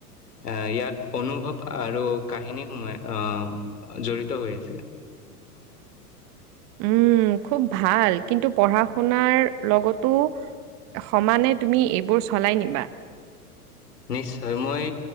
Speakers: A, on the left; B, on the right.
A: এহ ইয়াত অনুভৱ আৰু কাহিনী সোমাই আহ জড়িত হৈ আছে।
B: উম খুব ভাল, কিন্তু পঢ়া-শুনাৰ লগতো সমানে তুমি এইবোৰ চলাই নিবা।
A: নিশ্চয় মই